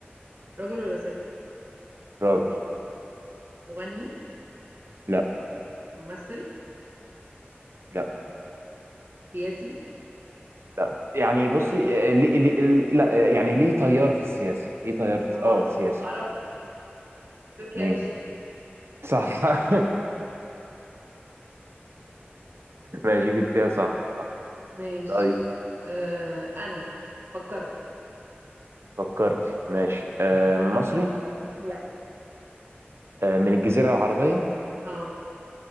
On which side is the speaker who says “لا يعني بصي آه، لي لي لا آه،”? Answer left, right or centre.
Right